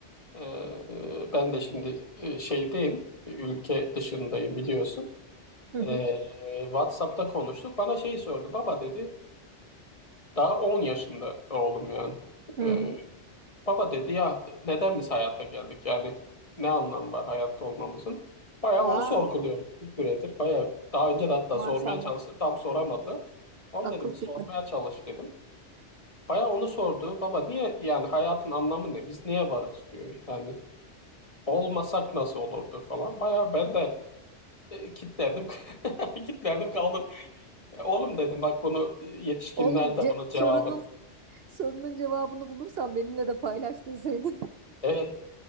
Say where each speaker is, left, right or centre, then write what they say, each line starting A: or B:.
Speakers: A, on the left (about 30°); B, on the right (about 60°).
A: Ee, ben de şimdi e, şeydeyim, bir ülke dışındayım biliyorsun.
B: Hı
A: Ee,
B: hı.
A: WhatsApp'ta konuştuk. Bana şey sordu. Baba dedi. Daha 10 yaşında oğlum yani.
B: Hı
A: Ee,
B: hı.
A: baba dedi ya neden biz hayata geldik? Yani ne anlam var hayatta olmamızın? Bayağı
B: Wow,
A: onu sorguluyorum bir süredir. Bayağı daha önce de hatta
B: maşallah.
A: sormaya çalıştı. Tam soramadı. Onu
B: Akıl
A: dedim
B: küpü.
A: bir sormaya
B: <laughs>
A: çalış dedim. Bayağı onu sordu. Baba niye yani hayatın anlamı ne? Biz niye varız diyor. Yani olmasak nasıl olurdu falan. Bayağı ben de e, kitlendim. <laughs> Kitlendim kaldım. E, Oğlum dedim bak bunu e, yetişkinler
B: Oğlum
A: de
B: ce-
A: bunun cevabını.
B: sorunun sorunun cevabını bulursan benimle de paylaş deseydin.
A: Evet